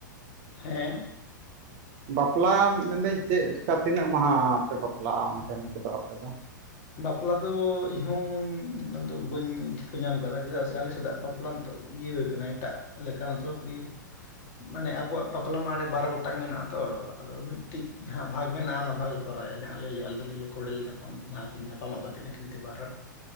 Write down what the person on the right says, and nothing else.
ᱵᱟᱯᱞᱟ ᱢᱮᱱᱫᱟᱹᱧ ᱪᱮᱫ ᱞᱮᱠᱟ ᱛᱤᱱᱟᱹᱜ ᱢᱟᱦᱟ ᱯᱮ ᱵᱟᱯᱞᱟᱜᱼᱟ ᱚᱱᱛᱮᱱ ᱠᱚᱫᱚ ᱟᱯᱮ ᱫᱚ